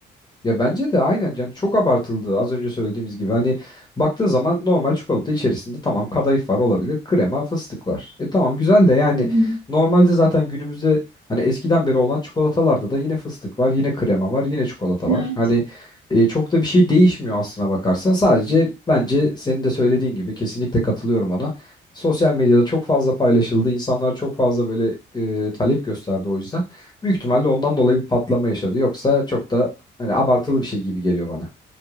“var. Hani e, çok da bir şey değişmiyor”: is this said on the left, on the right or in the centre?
Left